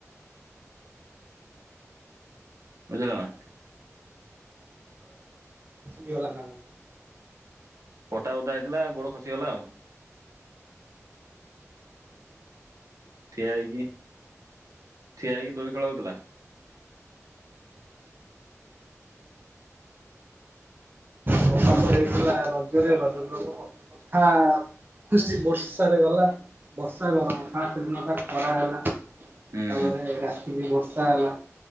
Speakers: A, on the right; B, on the right.
A: ବୁଝିଲାମ
B: ହେ ନାଁ
A: ପଟା ବଦା ହେଇଥିଲା ଗୋଡ ଖସିଗଲା ଆଉ ଠିଆ ହେଇକି ଠିଆ ହେଇକି ଦୋଳି ଖେଳ ହଉଥିଲା
B: ବର୍ଷା ତ ହେଇଥିଲା ରଜରେ ରଜ କଥା ଖୁସି ବର୍ଷାରେ ଗଲା ବର୍ଷା ଗରମ ପାାତ ଦିନ ତା ଖରା ହେଲା
A: ହୁଁ
B: ଆମରଟ କି ବି ବର୍ଷା ହେଲା